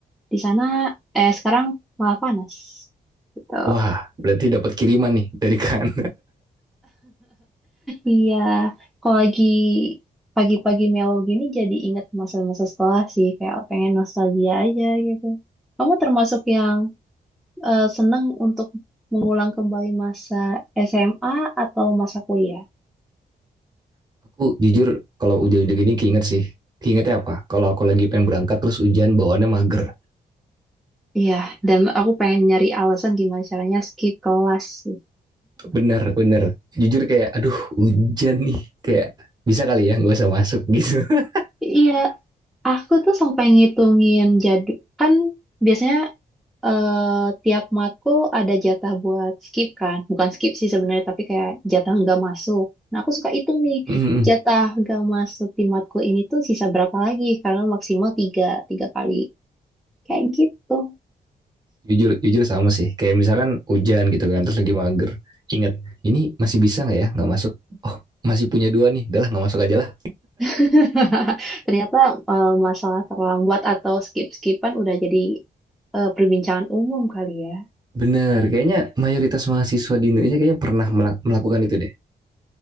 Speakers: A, in the centre; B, on the right (about 25°).
A: di sana eh sekarang malah panas. Gitu.
B: Wah, berarti dapat kiriman nih dari kan.
A: Iya, kalau lagi pagi-pagi mellow gini jadi inget masa-masa sekolah sih, kayak pengen nostalgia aja gitu. Kamu termasuk yang eh, seneng untuk mengulang kembali masa SMA atau masa kuliah?
B: <laughs> Aku jujur kalau hujan-hujan gini keinget sih. Keingetnya apa? Kalau aku lagi pengen berangkat terus hujan bawaannya mager.
A: Iya, dan aku pengen nyari alasan gimana caranya skip kelas sih.
B: Bener, bener. Jujur kayak aduh hujan nih. Kayak bisa kali ya nggak usah masuk gitu. <laughs>
A: Iya, aku tuh sampai ngitungin jadwal. Kan biasanya eh, tiap matkul ada jatah buat skip kan. Bukan skip sih sebenarnya, tapi kayak jatah nggak masuk. Nah, aku suka hitung nih,
B: Mm,
A: jatah nggak masuk di matkul ini tuh sisa berapa lagi. Karena maksimal tiga, tiga kali. Kayak gitu.
B: Jujur, jujur sama sih. Kayak misalkan hujan gitu kan terus lagi mager. Ingat, ini masih bisa nggak ya nggak masuk? Oh, masih punya dua nih. Udah lah nggak masuk aja lah
A: <laughs> Ternyata eh, masalah terlambat atau skip-skipan udah jadi eh, perbincangan umum kali ya.
B: Bener, kayaknya mayoritas mahasiswa di Indonesia kayaknya pernah melak- melakukan itu deh.